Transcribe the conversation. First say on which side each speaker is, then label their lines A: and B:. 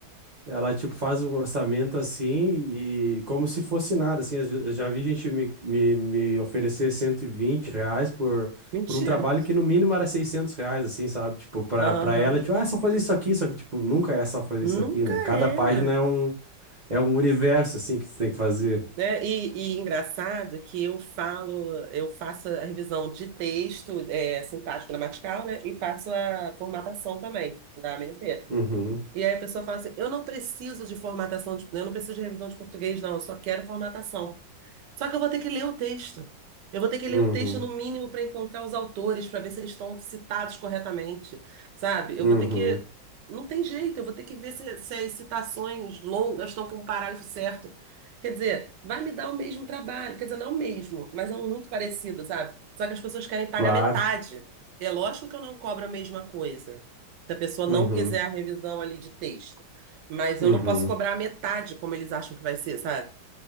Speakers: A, on the right; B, on the right.
A: Ela, tipo, faz um orçamento assim e como se fosse nada, assim. Eu ju- eu já vi gente me, me, me oferecer 120 reais por,
B: Mentira.
A: por um trabalho que no mínimo era 600 reais, assim, sabe? Tipo, pra,
B: Aham.
A: pra ela, tipo, ah, é só fazer isso aqui, só que, tipo, nunca é só fazer
B: Nunca
A: isso aqui, né? Cada
B: é.
A: página é um, é um universo, assim, que você tem que fazer.
B: Né? E, e engraçado que eu falo, eu faço a revisão de texto, é, sintático gramatical, né? E faço a formatação também, da AMP.
A: Uhum,
B: E aí a pessoa fala assim, eu não preciso de formatação, de- eu não preciso de revisão de português, não, eu só quero formatação. Só que eu vou ter que ler o texto. Eu vou ter que ler
A: uhum,
B: o texto no mínimo para encontrar os autores, para ver se eles estão citados corretamente, sabe? Eu
A: uhum,
B: vou ter que. Não tem jeito, eu vou ter que ver se, se as citações longas estão com o parágrafo certo. Quer dizer, vai me dar o mesmo trabalho. Quer dizer, não o mesmo, mas é um muito parecido, sabe? Só que as pessoas querem pagar
A: claro.
B: metade. É lógico que eu não cobro a mesma coisa. Se a pessoa
A: Uhum,
B: não quiser a revisão ali de texto. Mas
A: uhum,
B: eu não posso cobrar a metade como eles acham que vai ser, sabe?